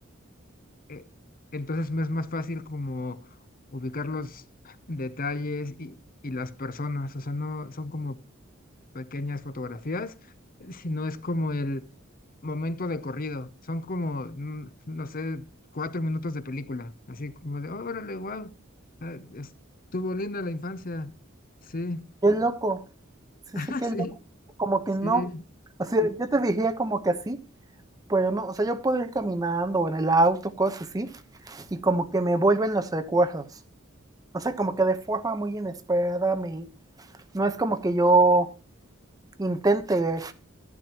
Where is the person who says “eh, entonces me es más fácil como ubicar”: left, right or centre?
Left